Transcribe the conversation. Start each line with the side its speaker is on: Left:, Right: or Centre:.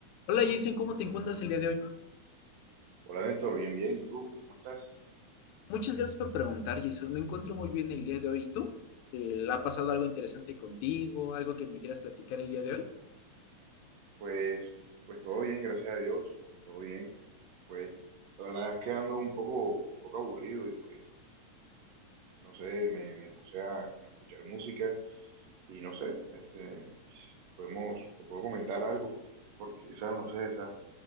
Left: Hola Jason, ¿cómo te encuentras el día de hoy?
Right: Hola Néstor, bien, bien. ¿Y tú? ¿Cómo estás?
Left: Muchas gracias por preguntar, Jason. Me encuentro muy bien el día de hoy. ¿Y tú? Eh, ¿ha pasado algo interesante contigo? ¿Algo que me quieras platicar el día de hoy?
Right: Pues, pues todo bien, gracias a Dios, todo bien. Pues la verdad es que ando un poco, un poco aburrido y pues, no sé, me, me puse a como escuchar música y no sé, este, podemos, te puedo comentar algo, porque, o sea, no sé, o sea,